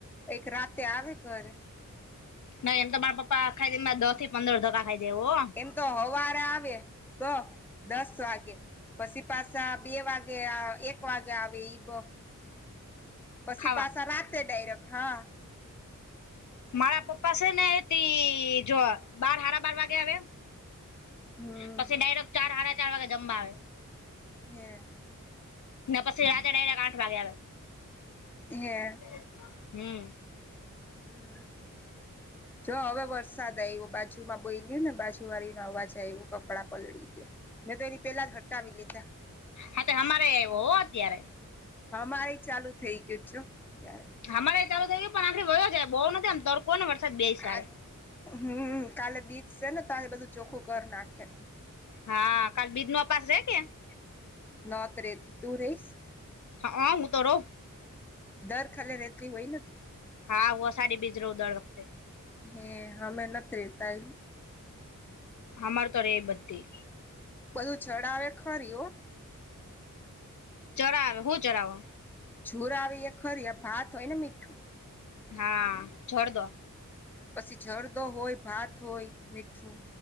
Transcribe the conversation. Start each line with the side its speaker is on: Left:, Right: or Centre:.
Centre: એક રાતે આવે ઘરે.
Left: નાઈ એમ તો મારા પપ્પા ખાઈ એ દસ થી પંદર ધકા ખાઈ દેવ હો.
Centre: એમ તો હવારે આવે બ દસ વાગે. પછી પાછા બે વાગે એક વાગે આવે બ. પછી
Left: ખાવા
Centre: પાછા રાતે ડાયરેક્ટ હા.
Left: મારા પપ્પા છે ને એથી જો બાર સાડા બાર વાગે આવે એમ.
Centre: હમ
Left: પછી ડાયરેક્ટ ચાર સાડા ચાર વાગે જમવા આવે
Centre: હમ્મ
Left: પછી રાતે ડાયરેકટ આઠ વાગે આવે
Centre: હે
Left: <inaudible> હમ્મ.
Centre: <inaudible> હમ. જો હવે વરસાદ આ એવો બાજુમાં બો લ્યો ને બાજુ વાળી ન અવાજ આવે એવું કપડાં પલળી ગયા. મેં તો એની પેલા જ હટાવી લીધા. <inaudible>
Left: હા તો અમારે આવ્યો હો અત્યારે
Centre: હ મારે ચાલુ થઈ ગયું છો અત્યારે.
Left: હમારે ચાલુ થય ગું પણ આખી વયો છે બહુ નથી આમ તરકો ને વરસાદ બે
Centre: આ
Left: સે.
Centre: હમ કાલે બીચ છે ને ત એ બધું ચોખ્ખું કર નાખે.
Left: હા કા બિજ ન અ પાાસ રે કે
Centre: <inaudible> નોત રેતી તું રહીશ.
Left: હા હા હું તો રહો.
Centre: દર ખાલી રેતી હોય નથી.
Left: હા વ સારી બીજ ર ઉ દળ વખતે.
Centre: હે હમે નથી રેતા એ.
Left: અમાર તો રેએ બધી
Centre: બધું ચડાવે ખરી ઓ
Left: ચરાવે હું ચરાવે
Centre: જોર આવી એ ખરી ભાત હોય ને મીઠું
Left: હા જોર દો
Centre: પછી જરદો હોય ભાત હોય મીઠું